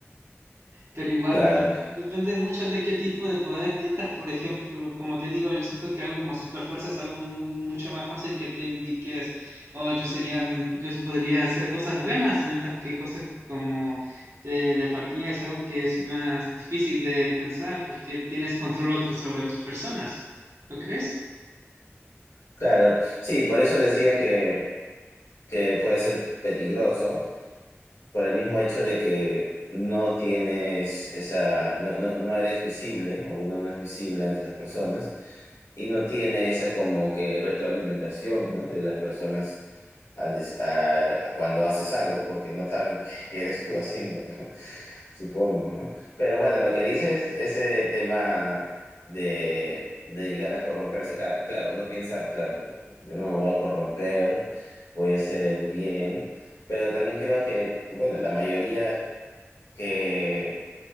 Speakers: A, on the right; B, on the left.
A: pero igual
B: claro,
A: de- depende mucho de qué tipo de poder tengas. Por ejemplo, como te digo, yo siento que algo como super fuerza es algo mu- mucho más fácil que te indiques, oh, yo sería, mm, yo podría hacer cosas buenas, mientras que cosas como telepatía es algo que es más difícil de pensar porque tienes control otro- sobre otras personas. ¿No crees?
B: claro, sí, por eso decía que, que puede ser peligroso. por el mismo hecho de que no tienes esa, no, no, no eres visible o uno no es visible ante las personas, y no tiene esa como que retroalimentación, ¿no? De las personas al des- a- a- cuando haces algo, porque no saben <laughs> qué, qué eres tú haciendo, ¿no? <laughs> Supongo, ¿no? Pero bueno, lo que dices, ese tema de, de llegar a corromperse, car- claro, uno piensa, claro, yo no me voy a corromper, voy a hacer el bien, pero también creo que, bueno, la mayoría que